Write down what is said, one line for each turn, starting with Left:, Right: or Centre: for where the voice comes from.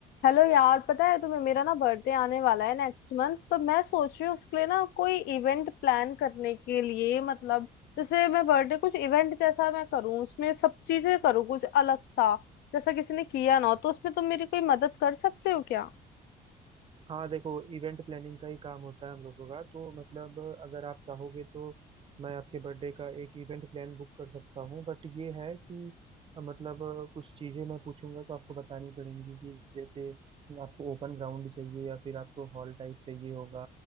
Left: Hello यार पता है तुम्हें मेरा ना बर्थडे आने वाला है नेक्स्ट मंथ तो मैं सोच रही हूँ उसके लिए ना कोई इवेंट प्लान करने के लिए मतलब जैसे मैं बर्थडे कुछ इवेंट जैसा मैं करूँ उसमें सब चीजें करूँ कुछ अलग सा जैसा किसी ने किया ना हो तो उसमें तुम मेरी कोई मदद कर सकते हो क्या
Right: हाँ देखो event planning का ही काम होता है हम लोगों का तो मतलब अगर आप चाहोगे तो मैं आपके बर्थडे का एक इवेंट प्लान बुक कर सकता हूँ बट ये है कि अ, मतलब अ, कुछ चीज़ें मैं पूछूंगा तो आपको बतानी पड़ेंगी कि जैसे आपको ओपन ग्राउंड चाहिए या फिर आपको हॉल टाइप चाहिए होगा